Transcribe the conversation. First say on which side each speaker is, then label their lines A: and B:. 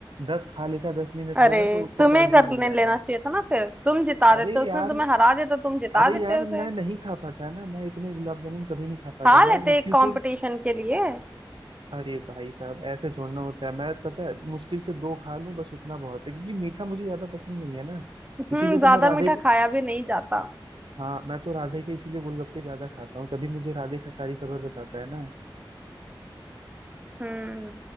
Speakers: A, on the right (about 85°); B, on the right (about 15°).
A: दस खा लेता दस मिनट
B: अरे
A: में ना तो उसको
B: तुम्हें
A: प्राइज
B: करने
A: भी मिल जाता
B: लेना चाहिए था ना फिर तुम जिता
A: अरे
B: देते उसने
A: यार
B: तुम्हें हरा देता तुम जिता
A: अरे
B: देते
A: यार
B: उसे
A: मैं नहीं खा पाता ना मैं इतने गुलाब जामुन कभी नहीं खा पाता
B: खा लेते
A: मैं मुश्किल
B: एक कंपटीशन
A: से
B: के लिए
A: अरे भाई साहब ऐसे छोड़ना होता है मैं पता है मुश्किल से दो खा लूं बस उतना बहुत है क्योंकि मीठा मुझे ज्यादा पसंद नहीं है ना
B: हम्म
A: इसीलिए तो
B: ज्यादा
A: मैं राधे
B: मीठा खाया भी नहीं जाता
A: हाँ मैं तो राधे के इसीलिए गोलगप्पे ज्यादा खाता हूँ तभी मुझे राधे का सारी खबर बताता है ना
B: हम्म